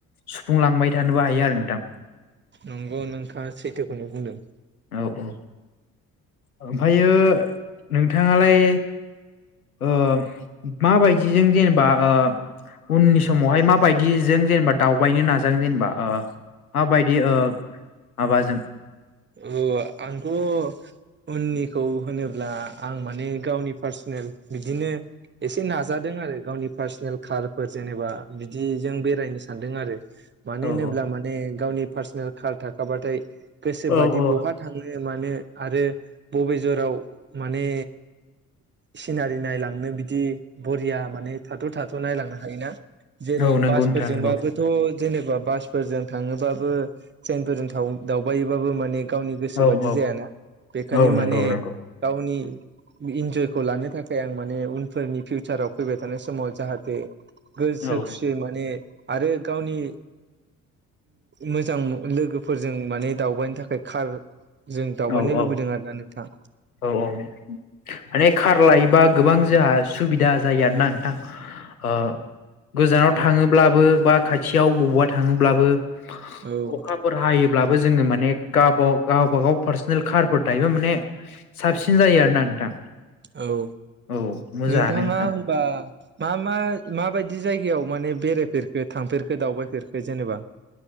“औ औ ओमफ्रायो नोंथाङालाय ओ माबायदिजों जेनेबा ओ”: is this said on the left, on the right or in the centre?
Left